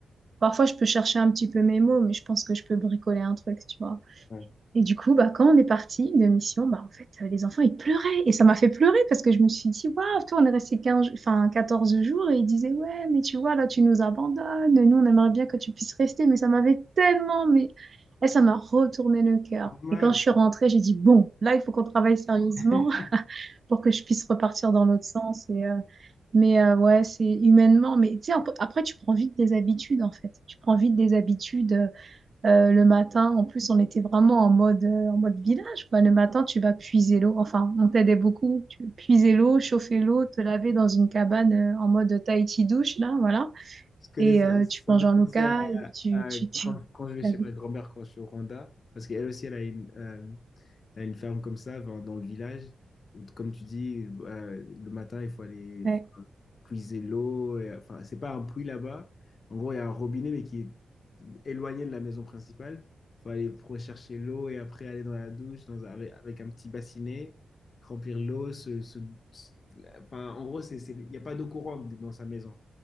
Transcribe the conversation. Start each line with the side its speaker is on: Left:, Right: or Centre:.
Right: Parfois, je peux chercher un petit peu mes mots, mais je pense que je peux bricoler un truc, tu vois.
Left: Ouais.
Right: Et du coup, bah, quand on est parti de mission, bah, en fait, euh, les enfants, ils pleuraient. Et ça m'a fait pleurer parce que je me suis dit, waouh, toi, on est resté quinze enfin, 14 jours et ils disaient, ouais, mais tu vois, là, tu nous abandonnes. Nous, on aimerait bien que tu puisses rester. Mais ça m'avait tellement, mais et ça m'a retourné le cœur.
Left: Normal.
Right: Et quand je suis rentrée, j'ai dit, bon, là, il faut qu'on travaille sérieusement
Left: <laughs>
Right: pour que je puisse repartir dans l'autre sens. Et, euh, mais euh, ouais, c'est humainement. Mais tu sais, ap- après, tu prends vite des habitudes, en fait. Tu prends vite des habitudes. euh, euh, le matin, en plus, on était vraiment en mode, euh, en mode village, quoi. Le matin, tu vas puiser l'eau. Enfin, on t'aidait beaucoup. Tu puiser l'eau, chauffer l'eau, te laver dans une cabane euh, en mode Tahiti douche, là, voilà.
Left: Je connais
Right: Et
Left: ça.
Right: euh,
Left: Ça
Right: tu manges
Left: me
Right: en
Left: fait
Right: local,
Left: penser à,
Right: tu...
Left: à
Right: tu, tu...
Left: quand, quand je vais
Right: Ouais,
Left: chez ma grand-mère quand je suis au Rwanda, parce qu'elle aussi, elle a une, T'as une ferme comme ça enfin, dans le village où, comme tu dis, euh, le matin, il faut aller
Right: <laughs>
Left: enfin, puiser l'eau. et, Enfin, c'est pas un puits là-bas. En gros, il y a un robinet, mais qui est éloigné de la maison principale. Il faut aller rechercher l'eau et après aller dans la douche dans, un- avec, avec un petit bassinet, remplir l'eau. se- se- se- enfin, en gros, c'est, c'est- il n'y a pas d'eau courante dans sa maison.